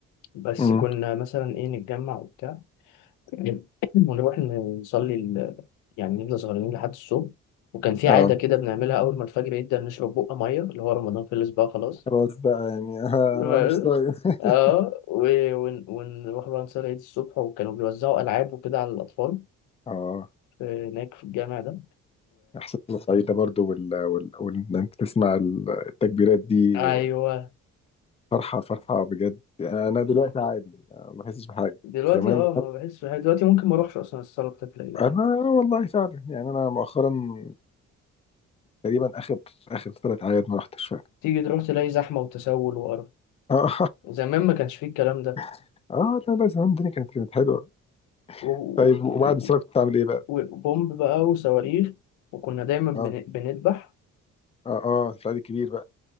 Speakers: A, on the left; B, on the left.
A: بس
B: م.
A: كنا مثلا ايه نتجمع وبتاع <clears throat> ونروح نصلي ال... يعني نفضل سهرانين لحد الصبح وكان في
B: اه
A: عاده كده بنعملها اول ما الفجر يبدا نشرب بقى ميه اللي هو رمضان خلص بقى خلاص
B: خلاص بقى يعني <laughs> آه
A: <laughs>
B: انا مش طايق <laughs>
A: اه و- ون- ونروح بقى نصلي عيد الصبح وكانوا بيوزعوا العاب وكده على الاطفال
B: اه
A: في- هناك في الجامع ده
B: احساس الصعيد ده برضه وال وال وال- ان انت تسمع ال- التكبيرات دي
A: ايوه
B: فرحه فرحه بجد يعني انا دلوقتي عادي آه، ما بحسش بحاجه
A: دلوقتي
B: زمان
A: اه ما بحس بحاجة. دلوقتي ممكن ما اروحش اصلا الصاله بتاعت العيله
B: انا والله فعلا يعني انا مؤخرا تقريبا اخر اخر ثلاث اعياد ما رحتش فعلا
A: تيجي تروح تلاقي زحمه وتسول وقرف
B: اه
A: زمان ما كانش فيه الكلام ده
B: <laughs> اه لا لا زمان الدنيا كانت كانت حلوه
A: و- و-
B: طيب وبعد
A: و-
B: السنه كنت بتعمل ايه بقى؟
A: وبومب بقى وصواريخ وكنا دايما بن-
B: اه
A: بنذبح
B: اه اه في العيد الكبير بقى